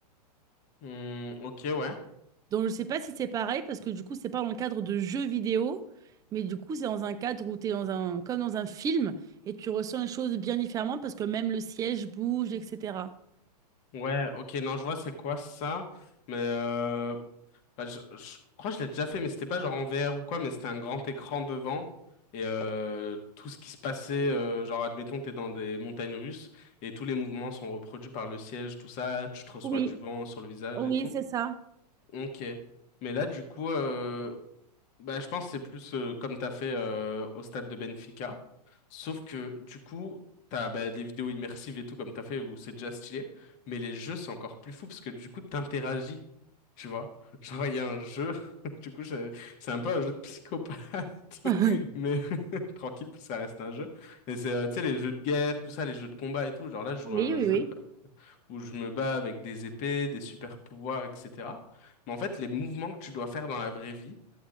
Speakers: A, on the left (about 35°); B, on the right (about 15°).
A: Hmm, ok, ouais.
B: Donc, je sais pas si c'est pareil parce que du coup, c'est pas dans le cadre de jeux vidéo, mais du coup, c'est dans un cadre où tu es dans un, comme dans un film et tu ressens les choses bien différemment parce que même le siège bouge, etc.
A: Ouais, ok, non, je vois c'est quoi ça. Mais euh, Bah, je, je crois que je l'ai déjà fait, mais c'était pas genre en VR ou quoi, mais c'était un grand écran devant et euh, tout ce qui se passait, euh, genre admettons t'es dans des montagnes russes et tous les mouvements sont reproduits par le siège, tout ça, tu te reçois
B: Oui,
A: du vent sur le visage
B: oui,
A: et tout.
B: c'est ça.
A: Ok. Mais là du coup, euh, bah, je pense que c'est plus euh, comme t'as fait euh, au stade de Benfica, sauf que du coup t'as bah, des vidéos immersives et tout comme t'as fait où c'est déjà stylé, mais les jeux c'est encore plus fou parce que du coup t'interagis, tu vois. <laughs> Genre il y a un jeu, <laughs> du coup je- c'est un peu un jeu de psychopathe,
B: <laughs>
A: <laughs> mais <laughs> tranquille puis ça reste un jeu. Et c'est euh, tu sais les jeux de guerre, tout ça, les jeux de combat et tout. Genre là je joue
B: Oui,
A: à un
B: oui,
A: jeu
B: oui.
A: où je me bats avec des épées, des super pouvoirs, etc. Mais en fait les mouvements que tu dois faire dans la vraie vie